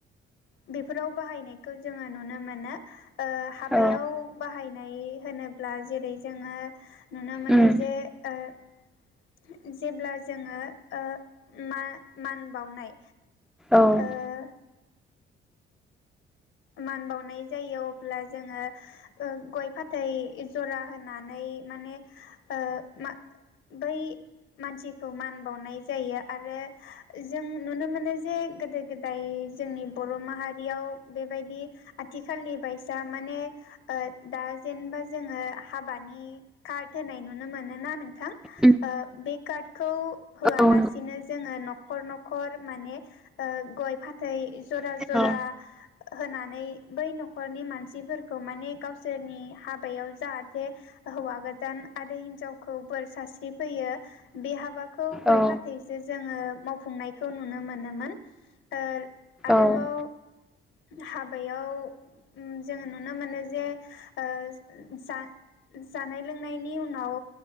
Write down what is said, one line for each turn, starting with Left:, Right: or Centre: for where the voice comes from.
Left: बेफोराव बाहायनायखौ जोङो नुनो मोनो। ओ हाबायाव
Centre: औ
Left: बाहायनाय होनो ब्ला जेरै जोङो नुनो मोनो
Centre: उम
Left: जे ओ जेब्ला जोङो ओ मा-मान बावनाय।
Centre: औ।
Left: ओ मान बावनाय जायो अब्ला जोङो ओ गय फाथै जरा होनानै माने ओ मा बै मानसिखौ मान बावनाय जायो आरो जों नुनो मोनो जे गोदो गोदाय जोंनि बर' माहारियाव बेबायदि आथिखालनि बायसा माने ओ दा जेनबा जोङो हाबानि कार्ड होनाय नुनो मोनोना नोंथां ओ
Centre: उम
Left: बे कार्डखौ होआलासिनो
Centre: औ
Left: जोङो न'खर न'खर माने ओ गय फाथै जरा
Centre: नंगौ
Left: जरा होनानै बै न'खरनि मानसिफोरखौ माने गावसोरनि हाबायाव जाहाथे हौवा गोदान आरो हिनजावखौ बोर सारस्रि फैयो बे हाबा खौ गय
Centre: औ
Left: फाथैजो जोङो मावफुंनायखौ नुनो मोनोमोन ओ आरोबाव
Centre: औ
Left: हाबायाव उम जोङो नुनो मोनो जे ओ जा-जानाय लोंनायनि उनाव